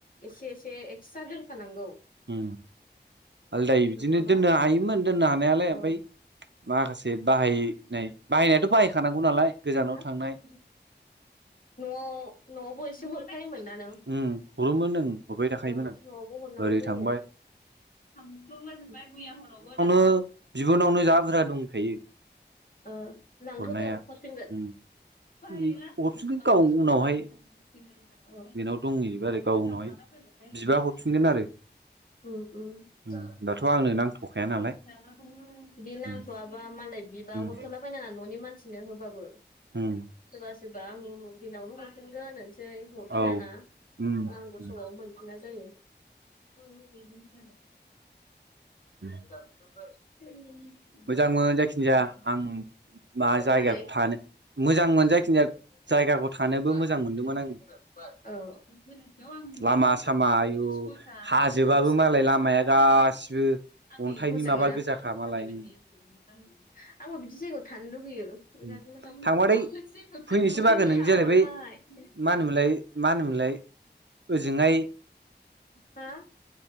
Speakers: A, on the left (about 50°); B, on the right (about 80°).
A: एसे एसे फिसा दोनखानांगौ
B: उ आलदाय बिदिनो
A: नङाबा
B: दोननो हायोमोन दोननो हा नायालाय
A: औ
B: ओमफ्राय माखासे बाहायनाय बाहायनायाथ बाहायखानांगौ नालाय गोजानाव
A: हा
B: थांनाय
A: औ नआव नआवबो एसे हरखायोमोन ना नों
B: उम हरोमोन ओं हरबाय थाखायोमोन
A: औ
B: आं
A: नआवबो हरनांगौ
B: ओरै
A: जायो
B: थांबाय
A: खामस्लंलाजोबबाय मैया हरावबो दा
B: ओ बिबुनावनो जा बुरजा दंखायो
A: ओ लांथदों
B: हरनाया
A: हरफिनगोन
B: उम
A: बायोलां
B: बे हरफिनगोन
A: मानो
B: गाव
A: संना
B: उनावहाय
A: जाबाय थानो
B: बेनाव दंहैयोबा
A: <inaudible>
B: आरो गाव
A: मासाउ
B: उनावहाय
A: थाना फैबाथाय
B: बिबा हरफिनगोन आरो
A: उ उ
B: उम
A: जा
B: दाथ' आंनो नांथ'खाया नालाय
A: लाग्राखौबो बिदि नांथआबा
B: उम
A: मालाय बिबा
B: उम
A: हरथलाबायायनाङा ननि मानसिनो होबाबो
B: उम
A: सोरबा सोरबा आं दिनावनो हरफिनगोन होनसै हरफिनाना
B: औ उम उम
A: आंबो समाव मोनफिना जायो औ बेदिनो जादों
B: उम
A: <unintelligible>
B: मोजांमोन जायखिजाया आं
A: मालाय
B: मा जायगाखौ थानो
A: <unintelligible>
B: मोजांमोन जायखिजाया
A: औ
B: जायगाखौ थानोबो
A: आं
B: मोजां मोनदोंमोन आङो
A: <unintelligible> सयथा
B: लामा सामा
A: साराय
B: आयु हाजोबाबो
A: सयथा
B: मालाय लामाया
A: सातथासोखौ
B: गासिबो
A: आंनि
B: अन्थाइनि
A: मोजांना
B: माबा गोजाखा मालाय
A: थामायबाय
B: उम
A: थायो आं आंबो बिदि जायगायाव थानोनो लुुबैयो बिराद
B: उम
A: मोजां
B: थांबाथाय
A: <unintelligible>
B: फैनोसो बागोन नों
A: जागोनहाय
B: जेरै बै
A: <unintelligible>
B: मा होनोमोनलाय मा होनोमोनलाय ओजोंहाय
A: हा <unintelligible>